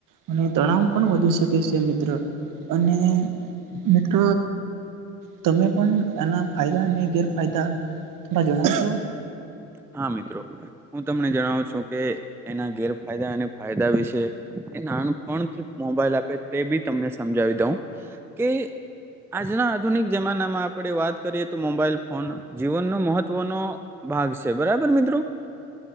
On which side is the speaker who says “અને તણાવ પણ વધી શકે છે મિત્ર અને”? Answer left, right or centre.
Right